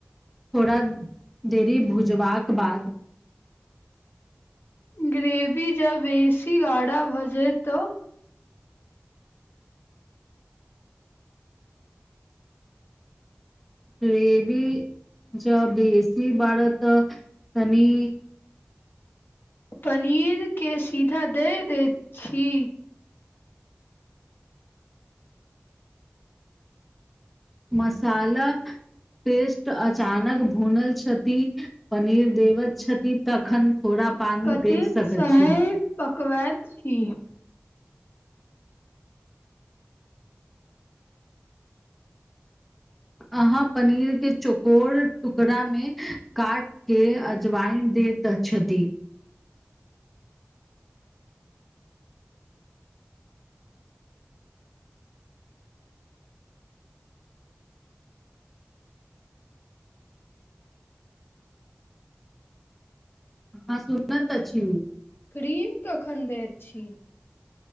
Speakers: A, in the centre; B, on the left (about 60°).
A: थोड़ा देरी भुजबाक बाद
B: ग्रेवी जब बेसी गाढ़ा भऽ जाय तऽ
A: ग्रेबी जब बेसी बढ़त तनी
B: पनीर के सीधा दे दै छी
A: मसाला पेस्ट अचानक भुनल छथि पनीर देबैत छथिन तखन थोड़ा पानी
B: कतेक
A: दे सकैत
B: समय
A: छी
B: पकबैत छी
A: अहाँ पनीरके चोकोर टुकड़ामे काट के अजवाइन दैत छथि हँ सुनत अछि
B: क्रीम कखन दैत छी